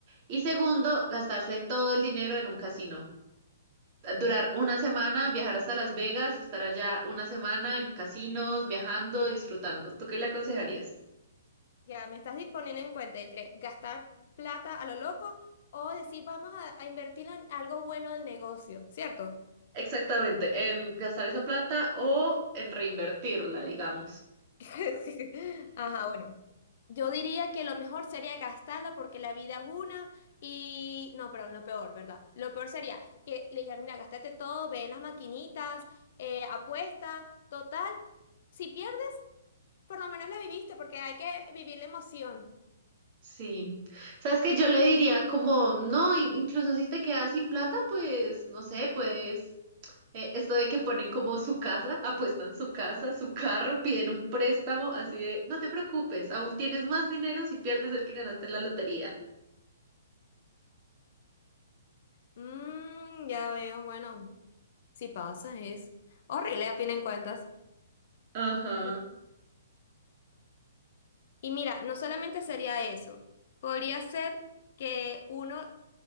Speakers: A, on the right; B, on the left.
A: Y segundo, gastarse todo el dinero en un casino. Durar una semana, viajar hasta Las Vegas, estar allá una semana en casinos, viajando, disfrutando. ¿Tú qué le aconsejarías?
B: Ya, me estás disponiendo en cuenta entre gastar plata a lo loco o decir, vamos a, a invertirlo en algo bueno del negocio, ¿cierto?
A: Exactamente, en gastar esa plata o en reinvertirla, digamos.
B: <laughs> Ajá, bueno. Yo diría que lo mejor sería gastarla porque la vida es una y... No, perdón, lo peor, ¿verdad? Lo peor sería que le dijera, mira, gastate todo, ve en las maquinitas, eh, apuesta, total. Si pierdes, por lo menos la viviste porque hay que vivir la emoción.
A: Sí, sabes que yo le diría como, no, in- incluso si te quedas sin plata, pues no sé, puedes, eh, esto de que ponen como su casa, apuestan su casa, su carro, piden un préstamo, así de, no te preocupes, aún tienes más dinero si pierdes el que ganaste en la lotería.
B: Mm, ya veo, bueno, si pasa es horrible a fin de cuentas.
A: Ajá.
B: Sí. Y mira, no solamente sería eso, podría ser que uno